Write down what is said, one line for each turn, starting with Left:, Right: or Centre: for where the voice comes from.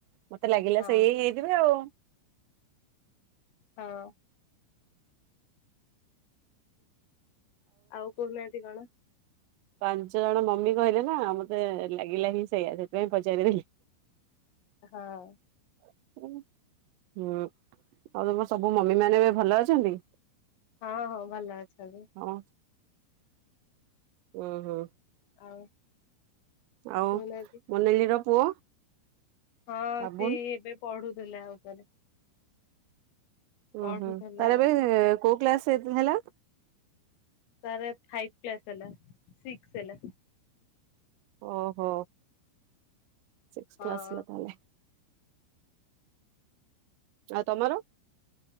Right: ମତେ ଲାଗିଲା
Left: ହଁ
Right: ସେଇ ହିଁ
Left: ହଁ
Right: ହେଇଥିବେ ଆଉ।
Left: ହଁ। ଆଉ କହୁନାହାନ୍ତି କଣ?
Right: ପାଞ୍ଚ ଜଣ ମମି କହିଲେ ନା, ମତେ ଲାଗିଲା ହିଁ ସେଇଆ, ସେଥିପାଇଁ ପଚାରିଦେଲି।
Left: ହଁ।
Right: <unintelligible> ହୁଁ। ଆଉ ତମର ସବୁ ମମି ମାନେ ଏବେ ଭଲ ଅଛନ୍ତି?
Left: ହଁ ହଁ ଭଲ ଅଛନ୍ତି।
Right: ହଁ। ଉଁ ହୁଁ।
Left: ଆଉ
Right: ଆଉ
Left: କହୁନାହାନ୍ତି
Right: ମନାଲିର ପୁଅ
Left: ହଁ
Right: ବାବୁନ
Left: ସେ ଏବେ ପଢୁଥିଲା ଉପରେ।
Right: ଉଁ
Left: ପଢୁଥିଲା
Right: ହୁଁ। ତାର ଏବେ କୋଉ କ୍ଲାସ ହେଲା?
Left: ତାର ଫାଇପ୍ କ୍ଲାସ୍ ହେଲା, ସିକ୍ସ ହେଲା।
Right: ଓହୋ। ସିକ୍ସ
Left: ହଁ
Right: କ୍ଲାସ୍ ହେଲା ତାହେଲେ। ଆଉ ତମର?